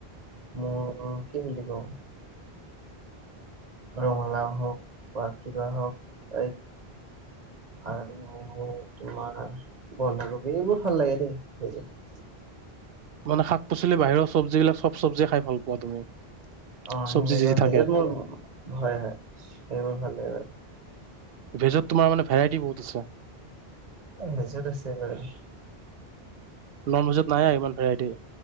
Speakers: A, on the right; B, on the right.
A: মোৰ কি বুলি কওঁ ৰঙালাও হওঁক। বা কিবা হওঁক এই আৰু তোমাৰ বন্ধাকবি এইবোৰ ভাল লাগে দেই সেইবোৰ।
B: মানে শাক পাচলি বাহিৰৰ চব্জিবিলাক চব চবজি খাই ভাল পোৱা তুমি।
A: অঁ'
B: চব্জি
A: সেনেকুৱা
B: যি যি থাকে
A: সেইযত মোৰ ভয় হয় সেইবোৰ ভাল লাগিব <inaudible>
B: ভেজত তোমাৰ মানে ভেৰাইটি বহুত আছে।
A: ভেজত আছে বাৰু।
B: নন ভেজত নাই ইমান ভেৰাইটি